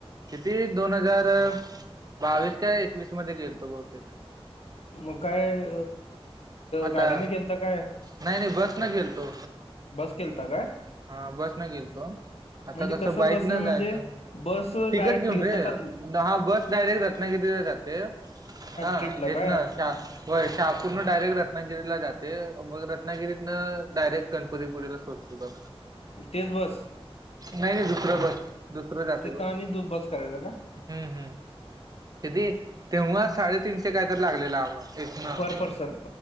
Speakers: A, on the right; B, on the left.
A: किती दोन हजार बावीस काय एकवीस मध्ये गेलतो बहुतेक.
B: मग काय
A: आता
B: गाडीने गेलता काय?
A: नाही नाही बस न गेलतो
B: बस केलता काय?
A: हा बस न गेलतो. आता
B: म्हणजे
A: कसं बाईक
B: बसनं
A: न
B: म्हणजे
A: जायचं
B: बस
A: तिकट
B: डायरेक्ट
A: घेऊन
B: तिथं
A: रे
B: चाल
A: हा बस डायरेक्ट रत्नागिरीला जाते. ते हा
B: ट्रिपला
A: हितन
B: काय
A: शा व्हय शहापूर डायरेट रत्नागिरीला जाते मग रत्नागिरीत डायरेक्ट गणपतीपुळेला सोडते बघ.
B: तेच बस
A: नाही नाही दुसरं बस. दुसरं जाते
B: तिथं
A: बघ
B: आणि दु- बस करायचं का
A: हम्म कधी तेव्हाच साडेतीनशे काय तर लागलेलं आवं हितन
B: पर पर्सन